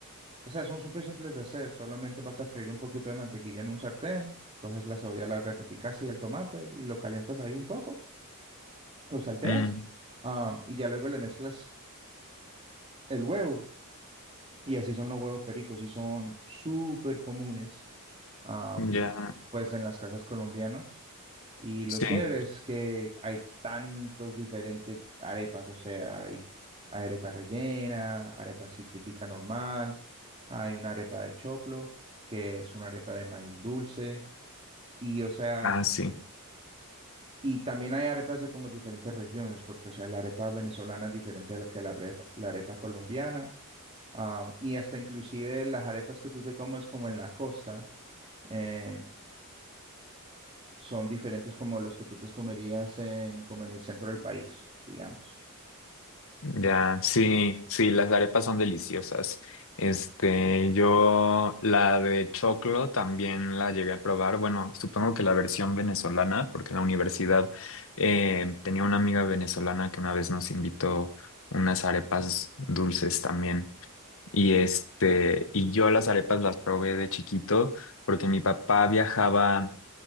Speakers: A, on the right; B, on the left.
A: O sea, son súper simples de hacer. Solamente vas a freír un poquito de mantequilla en un sartén, coges la cebolla larga que picaste y el tomate y lo calientas ahí un poco, lo salteas,
B: Mm,
A: am, y ya luego le mezclas el huevo. Y así son los huevos pericos y son súper comunes, am,
B: ya.
A: pues en las casas colombianas. Y lo
B: Sí.
A: chévere es que hay tantos diferentes arepas, o sea, hay arepa rellena, arepa así fritica normal, hay una arepa de choclo, que es una arepa de maíz dulce, y o sea,
B: Ah, sí.
A: y también hay arepas de como diferentes regiones, porque o sea, la arepa venezolana es diferente a la que la arepa, la arepa colombiana, ah, y hasta inclusive las arepas que tú te comes como en la costa. eh, son diferentes como los que tú te comerías en, como en el centro del país, digamos.
B: Ya, sí, sí, las arepas son deliciosas. Este, yo la de choclo también la llegué a probar. Bueno, supongo que la versión venezolana, porque en la universidad eh, tenía una amiga venezolana que una vez nos invitó unas arepas dulces también. Y este, y yo las arepas las probé de chiquito porque mi papá viajaba